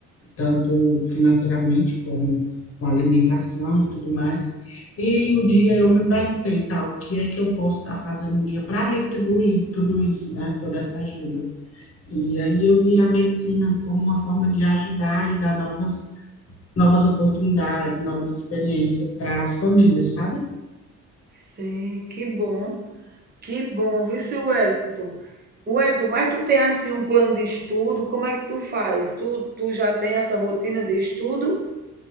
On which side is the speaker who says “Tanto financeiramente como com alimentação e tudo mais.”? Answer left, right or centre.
Left